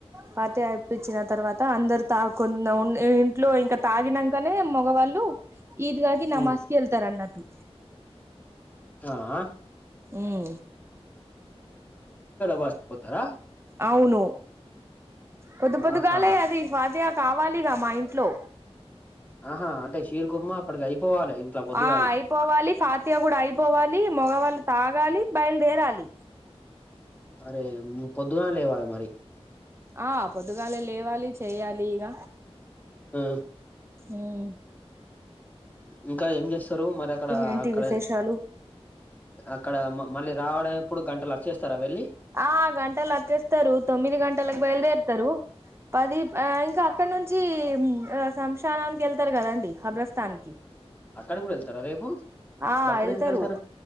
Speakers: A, on the right (about 25°); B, on the left (about 15°).
A: పాతి ఇపిచిన తర్వాత అందరు తాకు కొన్ ఇంట్లో ఇంకా తాగినకనే మగవాళ్ళు. ఈద్గ
B: ఉమ్,
A: నమాజ్కి వెళ్తారు అన్నట్టు.
B: ఆ ఆ
A: ఉమ్
B: బస్ట్ పోతారా
A: అవును పొద్దు పొద్దుగాలే
B: ఆహా
A: అది ఫవాదయా కావాలిగా మా ఇ ఇంట్లో
B: ఆహా అంటే షిర్ కుర్మ అప్పటికి అయిపోవాలి ఇంట్లో పొద్దుగాల్లే.
A: ఆ అయిపోవాలి ఫాతియ కూడా అయిపోవాలి మగవాళ్ళు తాగాలి. బయలుదేరాలి.
B: అరే పొద్దుగానే లేవ్వాలి మరి
A: ఆ పొద్దుగాలే లేవాలి చేయాలి ఇగ
B: ఆ,
A: ఉం
B: ఇంకా ఏం చేస్తారు మరి అక్కడ
A: ఏంటి
B: అక్కడ,
A: విశేషాలు
B: ఇక్కడ మళ్ళీ రావడం ఎప్పుడు గంటల వచ్చేస్తారా వెళ్ళి,
A: ఆ గంటల అచ్చేస్తారు తొమ్మిది గంటలకి బయల్దే స్తారు. పది ఆ ఇంకా అక్కడ నుంచి. శమశానానికి వెళ్తారు కదండి హబ్రస్స్తాన్ కి
B: అక్కడికి కూడా వెళ్తారా రేపు
A: ఆ
B: బక్రీద్కి
A: వెళ్తారు
B: వెళ్తారూ